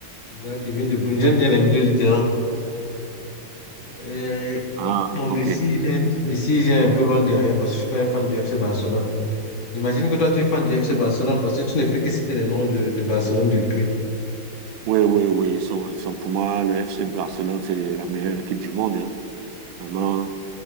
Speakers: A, on the left; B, on the right.
A: Déjà, Kevin De Bruyne, j'aime bien les milieux de terrain Euh,
B: Ah,
A: bon,
B: ok.
A: Messi, il est, Messi, il est un peu loin derrière parce que je suis pas un fan du FC Barcelone. Imagine que toi, tu es fan du FC Barcelone parce que tu ne fais que citer les noms de, de Barcelone depuis.
B: Oui, oui, oui. Ils sont, ils sont pour moi, le FC Barcelone, c'est la meilleure équipe du monde. hein. Vraiment,